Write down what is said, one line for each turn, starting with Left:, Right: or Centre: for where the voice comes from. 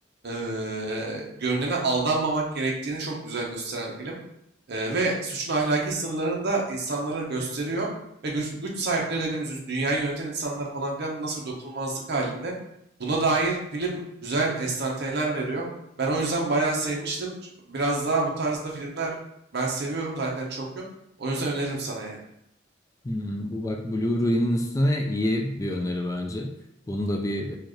Right: Ee, görünene aldanmamak gerektiğini çok güzel gösteren film. Ee, ve suçun ahlaki sınırlarını da insanlara gösteriyor. Ve güç, güç sahipleri dediğimiz üst- dünyayı yöneten insanlar falan filan nasıl bir dokunulmazlık halinde. Buna dair film güzel enstantaneler veriyor. Ben o yüzden bayağı sevmiştim. Biraz daha bu tarzda filmler ben seviyorum. Zaten çok yok. O yüzden öneririm sana yani.
Left: Hmm, bu bak Blu-ray'nin üstüne iyi bir öneri bence. Bunu da bir